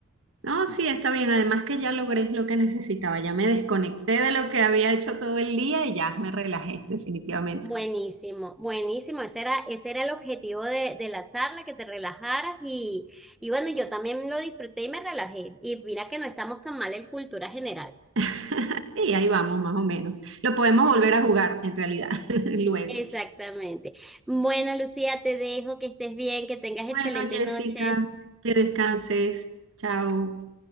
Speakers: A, on the right; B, in the centre.
A: No, sí, está bien. Además que ya logré lo que necesitaba. Ya me desconecté de lo que había hecho todo el día y ya me relajé, definitivamente.
B: Buenísimo, buenísimo. Ese era, ese era el objetivo de, de la charla, que te relajaras y, y bueno, yo también lo disfruté y me relajé. Y mira que no estamos tan mal en cultura general.
A: <laughs> Sí, ahí vamos, más o menos. Lo
B: <laughs>
A: podemos volver a jugar, en realidad, <laughs> luego.
B: Exactamente. Bueno, Lucía, te dejo, que estés bien, que tengas excelente
A: Bueno, Jessica,
B: noche.
A: que descanses. Chao.